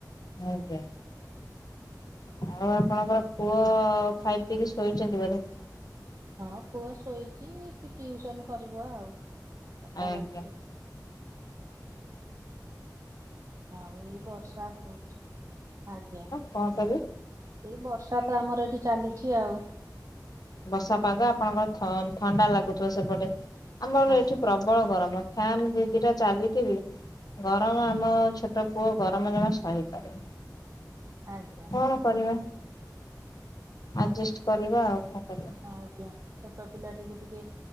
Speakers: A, on the left (about 60°); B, on the right (about 45°).
A: ଆଜ୍ଞା। ଆଉ ଆପଣଙ୍କ ପୁଅ ଖାଇ ପିଇକି ଶୋଇଛନ୍ତି ବୋଧେ
B: ହଁ ପୁଅ ଶୋଇଛି ସେ ଟିଉସନ୍ କରିବ ଆଉ ଚାରିଟା
A: ଆଜ୍ଞା।
B: ବାଜିଲେ ଆଉ ଏଇ ବର୍ଷା ହଉଛି ଆଜ୍ଞା
A: କଣ କହିବେ?
B: ଏଇ ବର୍ଷା ତ ଆମର ଏଠି ଚାଲିଛି ଆଉ
A: ବର୍ଷା ପାଗ ଆପଣଙ୍କର ଥଣ୍ଡା ଲାଗୁଥିବ ସେପଟେ ଆମର
B: ଆଜ୍ଞା
A: ଏଠି ପ୍ରବଳ ଗରମ ଫ୍ୟାନ ଦି ଦିଟା ଚାଲିକିବି। ଗରମ ଆମ ଛୋଟ ପୁଅ, ଗରମ ଜମା ସହିପାରେନି।
B: ଆଜ୍ଞା।
A: କଣ କରିବା, ଆଡଜେଷ୍ଟ କରିବା ଆଉ କଣ? କରିବା
B: ହ ଆଜ୍ଞା, ଛୋଟ ପିଲାଟିକୁ ଟିକେ